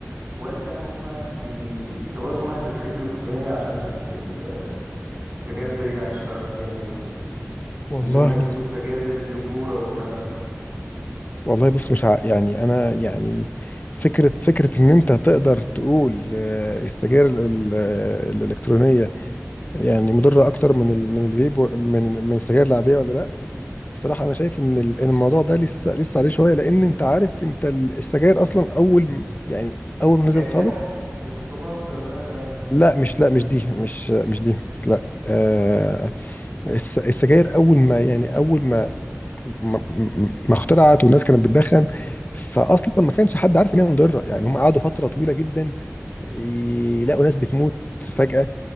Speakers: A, on the right; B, on the left.
A: ولا هم بي بيسوقوا سمعه الحاجات الالكترونيه عشان ال- السجاير ترجع تشتغل تاني و...
B: والله
A: وان هم ينسبوا السجاير للذكوره والكلام ده
B: والله بص مش ع... يعني انا يعني فكره فكره ان انت تقدر تقول آه، السجاير ال- ال- الالكترونيه يعني مضره اكتر من ال... من الفيب و... من من السجاير العاديه ولا لا الصراحه انا شايف ان ال- إن الموضوع ده لسه لسه عليه شويه لان انت عارف انت ال- السجاير اصلا اول م- يعني اول ما نزلت
A: كانت
B: خالص
A: دواء كانوا بيوصفوها في الصيدليات باين
B: لا مش لا مش دي مش مش دي لا آه الس- السجاير اول ما يعني اول ما ما ما اخترعت والناس كانت بتدخن فاصلا ما كانش حد عارف ان هي مضره يعني هم قعدوا فتره طويله جدا يلاقوا ناس بتموت فجاه